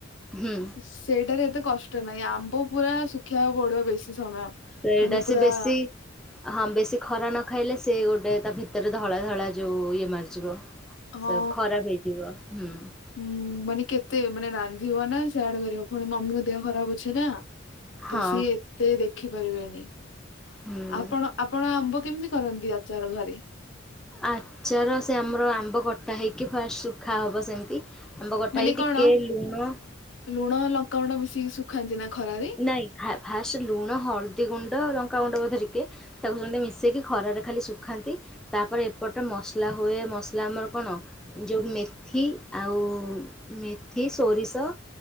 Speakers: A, in the centre; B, on the left (about 70°).
A: ହୁଁ
B: ସେଇଟାରେ ଏତେ କଷ୍ଟ ନାହିଁ ଆମ୍ବ ପୁରା ସୁ ରଖିବାକୁ ପଡିବ ବେଶୀ ସମୟ।
A: ସେ ସେଇଟା
B: ମାନେ
A: ସେ
B: ପୁରା
A: ବେଶୀ।
B: <inaudible>
A: ହଁ ବେଶୀ ଖରା ନ ଖାଇଲେ ସେ ଗୋଟେ ତା ଭିତରେ ଧଳା ଧଳା ଯୋଉ ଇଏ ମାରିଯିବ।
B: ହଁ।
A: ସେ ଖରାପ ହେଇଯିବ ହୁଁ।
B: ହୁଁ ମାନେ କେତେ ମାନେ ରାନ୍ଧିବ ନା ସେଆଡେ କରିବ ପୁଣି ମମିଙ୍କ ଦେହ ଖରାପ ଅଛି ନା।
A: ହଁ
B: ତ ସିଏ ଏତେ ଦେଖିପାରିବେନି
A: ହୁଁ।
B: ଆପଣ ଆପଣ ଆମ୍ବ କେମିତି କରନ୍ତି ଆଚାର ଘରେ?
A: ଆଚାର ସେ ଆମର ଆମ୍ବ କଟା ହେଇକି ଫାଷ୍ଟ ଶୁଖାହବ ସେମିତି। ଆମ୍ବ କଠାଇ
B: ମାନେ କଣ
A: ଟିକେ ଲୁଣ
B: ଲୁଣ ଲଙ୍କାଗୁଣ୍ଡ ମିଶିକି ଶୁଖାନ୍ତି ନା ଖରାରେ।
A: ନାଇଁ ଫାଷ୍ଟ ଲୁଣ ହଳଦୀ ଗୁଣ୍ଡ ଲଙ୍କାଗୁଣ୍ଡ ବୋଧେ ଟିକେ ତାକୁ ସେ ମିଶେଇକି ଖରାରେ ଖାଲି ଶୁଖାନ୍ତି। ତାପରେ ଏପଟେ ମସଲା ହୁଏ ମସଲା ଆମର କଣ? ଯଉ ମେଥି ଆଉ ମେଥି ସୋରିଷ।